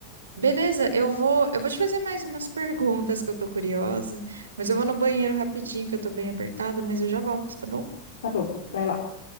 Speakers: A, on the right; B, on the left.
A: Beleza, eu vou, eu vou te fazer mais umas perguntas que eu tô curiosa, mas eu vou no banheiro rapidinho, que eu tô bem apertada, mas eu já volto, tá bom?
B: Tá bom, vai lá.